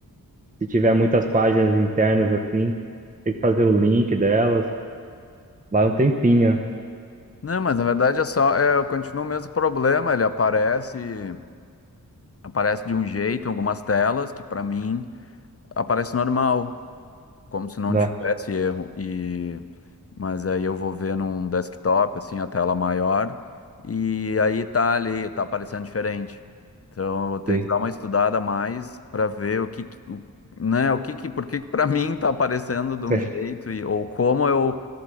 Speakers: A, on the right (about 20°); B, on the left (about 40°).
A: Se tiver muitas páginas internas assim, tem que fazer o link delas. Lá um tempinho, né?
B: não, mas na verdade é só, é, eu continuo o mesmo problema, ele aparece. aparece de um jeito em algumas telas que para mim aparece normal, como se não
A: Dá,
B: tivesse erro. E mas aí eu vou ver num desktop assim a tela maior e aí tá ali, tá aparecendo diferente. Então eu vou ter
A: Sim.
B: que dar uma estudada a mais para ver o que, que- o, né, o que que por que que para <laughs> mim tá aparecendo de um
A: <laughs>
B: jeito e ou como eu